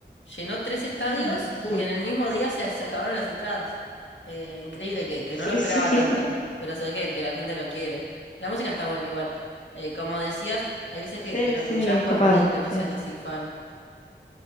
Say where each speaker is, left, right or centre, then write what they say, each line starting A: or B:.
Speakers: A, on the left; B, on the left.
A: llenó tres estadios
B: Ah,
A: y
B: full
A: en el mismo día se, se acabaron las entradas. Eh, increíble que, que
B: Sí,
A: no lo esperaba
B: sí.
A: tanto.
B: <laughs>
A: Pero sé que, que la gente lo quiere. La música está buena igual. Eh, como decías, hay veces
B: Sí,
A: que, que lo
B: sí,
A: escuchás
B: es
A: por
B: copado,
A: más de que
B: sí.
A: no seas así fan.